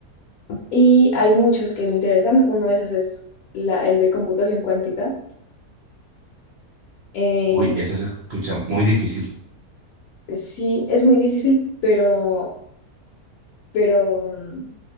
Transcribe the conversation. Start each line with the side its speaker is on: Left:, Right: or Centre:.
Left: Y hay muchos que me interesan. Uno de esos es la, el de computación cuántica. Eh,
Right: Uy, eso se escucha muy difícil.
Left: sí, es muy difícil, pero, pero mm,